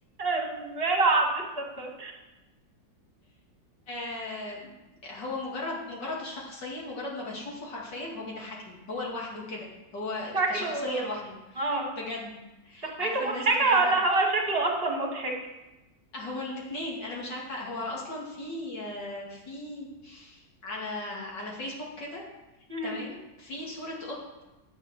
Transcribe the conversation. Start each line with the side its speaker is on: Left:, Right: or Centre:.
Right: <laughs> ماله عبد الستار
Left: آه هو مجرد مجرد الشخصية مجرد ما بشوفه حرفيا هو بيضحكني هو لوحده كده هو
Right: شكله
Left: كشخصية لوحده
Right: اه
Left: بجد
Right: شخصيته
Left: عارفة الناس
Right: مضحكة
Left: اللي هي
Right: ولا هو شكله أصلا مضحك
Left: هو الاتنين أنا مش عارفة هو أصلا في آه، في على على فيسبوك كده
Right: مهم.
Left: تمام في صورة قط